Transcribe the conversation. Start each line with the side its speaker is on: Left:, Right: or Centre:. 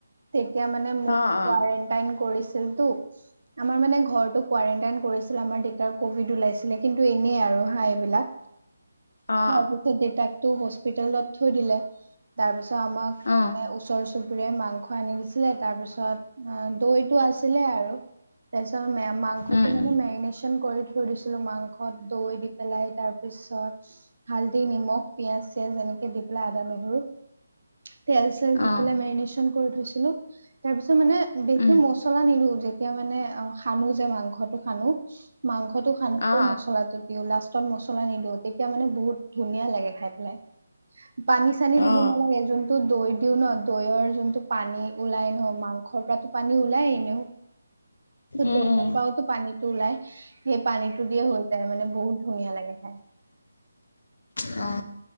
Right: তেতিয়া মানে মোকাইন
Left: অ অ
Right: কৰি ছিল টো আমাৰ মানে ঘৰতো কোৱাৰেণ্টাইন কৰিছিলে আমাৰ দেউতাৰ কভিড ওলাইছিলে কিন্তু এনেই আৰু হাঁহ এইবিলাক।
Left: অ
Right: তাৰপিছত দেউতাকটো হস্পিতেলত থৈ দিলে তাৰপিছত
Left: অ অ
Right: ওচৰ চুবুৰ ৰে মাংস আনি দিছিলে তাৰ পিছত দৈটো আছিলে আৰু তাৰপিছত ম মাংসটো
Left: উম উম
Right: <unintelligible> মেৰিনেশচন কৰি থৈ দিছিলো মাংস দৈ দি পেলাই তাৰ পিছত হালধি নিমখ পিয়াঁজ চিয়াজ এনেকে দি পেলাই আদা নহৰু তেল চেল দি
Left: অ
Right: পেলাই মেৰিনেচন কৰি থৈছিলো, তাৰ পিছত মানে বেছি
Left: উম
Right: মছলা নিদো যে তেতিয়া মানে অ, সানো যে মাংসটো সানো মাংস সানোতে
Left: অ অ
Right: মছলাটো দিওঁ লাষ্টত মছলা নিদিওঁ, তেতিয়া মানে বহুত ধুনীয়া লাগে। খাই পেলাই পানী চানী দিব
Left: অ
Right: নালাগে যোনটো দৈ দিও ন দৈৰ যোনটো পানী ওলাই ন মাংসৰ পৰাতো পানী ওলাই এনেও ত
Left: উম
Right: দৌ
Left: উম
Right: পৰাওতো পানীতটো ওলাই, সেই পানীটো দিয়ে হৈ যায় মানে বহুত ধুনীয়া লাগে খাই <unintelligible>
Left: অ',